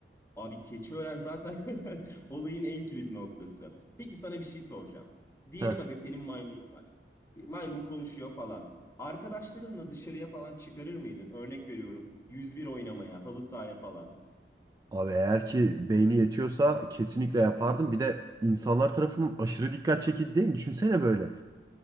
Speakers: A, on the left (about 15°); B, on the right (about 20°).
A: Abi Keçiören zaten <laughs> olayın en kilit noktası. Peki sana bir şey soracağım. Diyelim
B: Heh.
A: aga senin maymunun var. Maymun konuşuyor falan. Arkadaşlarınla dışarıya falan çıkarır mıydın? Örnek veriyorum. 101 oynamaya, halı sahaya falan.
B: Abi eğer ki beyni yetiyorsa kesinlikle yapardım. Bir de insanlar tarafından aşırı dikkat çekici değil mi? Düşünsene böyle.